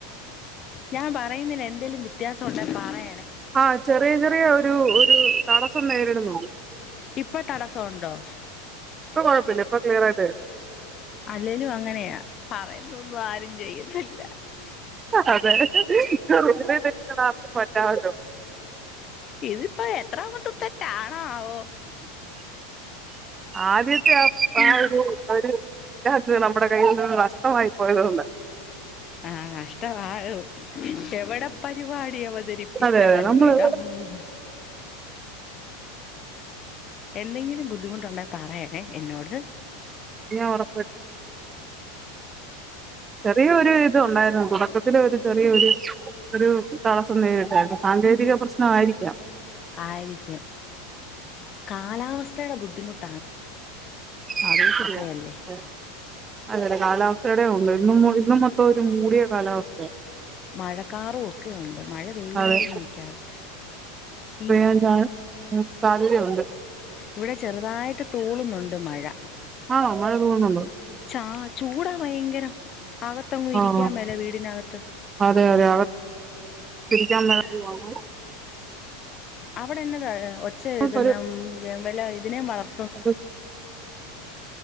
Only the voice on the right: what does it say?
ആ ചെറിയ ചെറിയ ഒരു ഒരു തടസ്സം നേരിടുന്നുണ്ട്
ഇപ്പം കൊഴപ്പില്ല ഇപ്പം ക്ലിയറായിട്ട് കേക്കാം
<unintelligible>
ആദ്യത്തെ
<unintelligible> അത് നമ്മുടെ കയ്യിൽ നഷ്ടമായി പോയതു കൊണ്ട്
അതെ അതെ നമ്മള്
ഞാൻ ഉറപ്പ ചെറിയൊരു ഇത് ഉണ്ടായിരുന്നു തുടക്കത്തിലെ ഒരു ചെറിയൊരു ഒരു തടസ്സം നേരിട്ടായിരുന്നു സാങ്കേതിക പ്രശ്നം ആയിരിക്കാം
അതും ശരിയാ
ആഹ് അതെ അതെ കാലാവസ്ഥേടെ ഉണ്ട് ഇന്നും ഇന്നും മൊത്തം ഒരു മൂടിയ കാലാവസ്ഥയ
അതെ
<unintelligible> ഉം സാധ്യതയുണ്ട്
ആണോ മഴ തൂളുന്നുണ്ടോ
ആഹ്
അതെ അതെ <inaudible>
ഒരു
<inaudible>